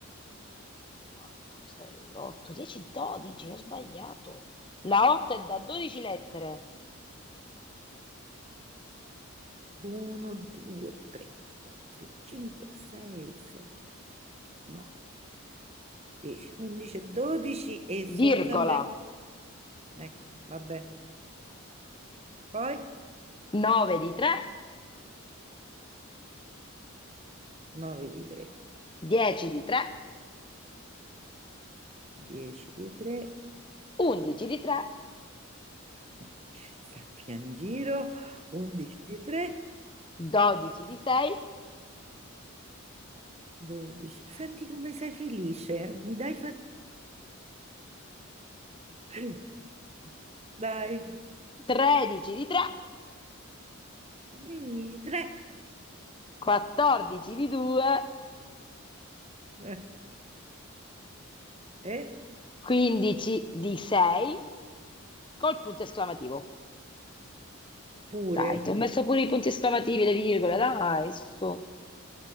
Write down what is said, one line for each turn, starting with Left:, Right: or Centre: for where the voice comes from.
Left: 2, 4, 6, 8, 10, 12. Ho sbagliato. La 8 è da 12 lettere,
Right: 1, 2, 3, 4, 5, 6, 7, 8, 9, 10, 11, 12 e sono
Left: virgola.
Right: sempre... Ecco, vabbè. Poi
Left: 9 di 3,
Right: 9 di 3,
Left: 10 di 3,
Right: 10 di 3,
Left: 11 di 3,
Right: <laughs> sappi in giro, 11 di 3,
Left: 12 <laughs> di 6,
Right: 12. Senti come sei felice, mi dai fastidio. <laughs> Dai,
Left: 13 <laughs> di 3,
Right: 15 di 3.
Left: 14 di 2,
Right: Eh, eh?
Left: 15 di 6, col punto esclamativo.
Right: Pure?
Left: Dai, ti ho messo pure i punti esclamativi e le virgole, dai, su.